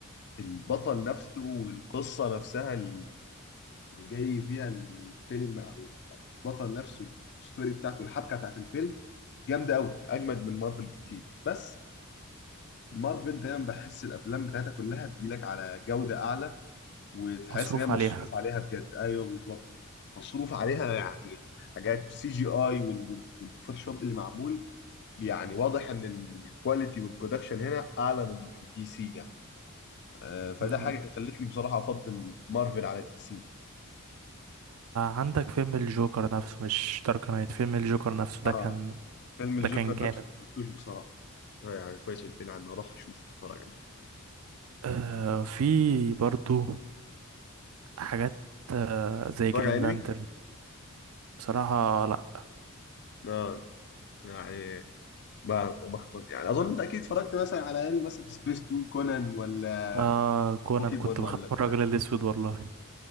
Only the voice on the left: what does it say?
البطل نفسه والقصة نفسها اللي جاي فيها الفيلم او البطل نفسه الستوري بتاعته والحبكه بتاعت الفيلم جامده قوي اجمد من مارفل بكتير بس مارفل دايما بحس الافلام بتاعتها كلها بتجيلك على جوده اعلى وتحس
ان هي مصروف
عليها بجد ايوه بالظبط مصروف عليها يعني حاجات السي جي اي والفوتوشوب اللي معمول يعني واضح ان الكواليتي والبرودكشن هنا اعلى من دي سي يعني آه، فده
حاجه خلتني بصراحه افضل مارفل على دي سي
اه
فيلم
الجوكر
نفسه ما كنتوش بصراحه آه، يعني كويس قلت لي عنه اروح اشوف اتفرج عليه
اتفرج
على انمي
اه يعني ما ما- يعني اظن انت اكيد اتفرجت مثلا على انمي مثلا في سبيس تون كونان ولا
بوكيمون
ولا
بتاع